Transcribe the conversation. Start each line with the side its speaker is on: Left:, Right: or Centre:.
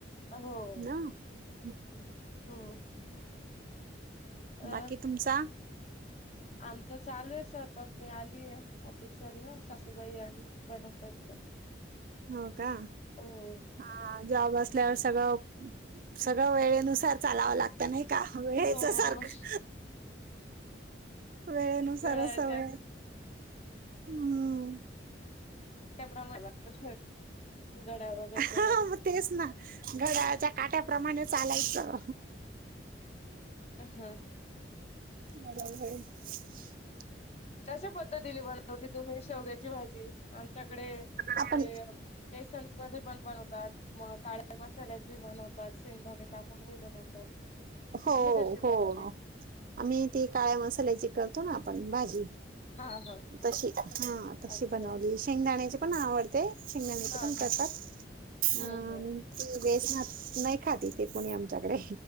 Left: हो.
Right: हा.
Left: हो. अ
Right: बाकी तुमचा
Left: आमचाच चालू आहे स्वयंपाक मी आलीय ऑफिस वरन सासूबाई आली बनवताय ते.
Right: हो का,
Left: हो.
Right: हा जॉब असल्यास <unintelligible> सगळ वेळेनुसार चालाव लागत नाही का वेळेच
Left: हो.
Right: सारखं, वेळेनुसार
Left: घड्याळाच्या
Right: सवय हम्म.
Left: ट ब्रमा लागतो. <unintelligible>
Right: ह मग तेच ना घड्याळाच्या काट्याप्रमाणे चालायचं.
Left: हम्म.
Right: बरो <unintelligible>
Left: कशी पद्धतीने बनवलीस? तुम्ही शेवग्याची भाजी आमच्याकडे ते
Right: आपण
Left: बेसन मध्ये पण बनव तात मग काळ्या मसाल्याचे बनवतात, शेंगदाणे टाकूनहे बनवतात.
Right: हो
Left: तुम्ही कशी
Right: हो,
Left: बनवली?
Right: आम्ही ती काळ्या मसाल्याची करतो ना आपण भाजी.
Left: हा हा.
Right: तशी हा तशी
Left: अच्छा
Right: बनवली
Left: अच्छा.
Right: शेंगदाण्याची पण आवडते शेंगदाण्याचे
Left: हा
Right: पण
Left: हा.
Right: कर हा
Left: हम्म हम्म.
Right: नाही बेस <unintelligible> नाही खाताती तेे कुणी आमच्याकडे.